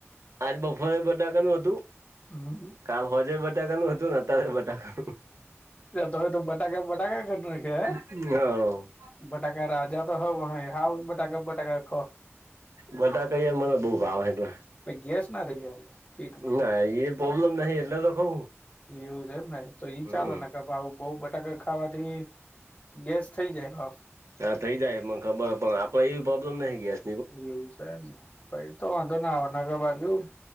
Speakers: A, on the right; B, on the left.
A: આજ બફોરે બટાકાનું હતું
B: હમ
A: કાલ હોજે બટાકાનું હતું ને અત્યારે બટાકા
B: તોવે તો બટાકા બટાકા કરખે
A: હ
B: બટાકા રાજા તો હ ભાઈ હા બટાકા બટાકા ખ
A: બટાકા યાર મને બઉુ ભાવ એટલે
B: પહિ ગેસ ના થઈ ગયા એટલે પીટ
A: ના એ પ્રોબ્લેમ નહી એટલે તો કઉ
B: એવું છે એમ ને તો ઈ
A: હમ
B: ચાલેને આવ બઉ બટાકા ખાવાથી ગેસ થઈ જાય
A: હા થઈ જાય મને ખબર પણ આપડે એવી પ્રોબ્લેમ નઈ ગેસ
B: એવું છે એમને પહિ તો વાંધો જ નહીં ના નગર બાજુ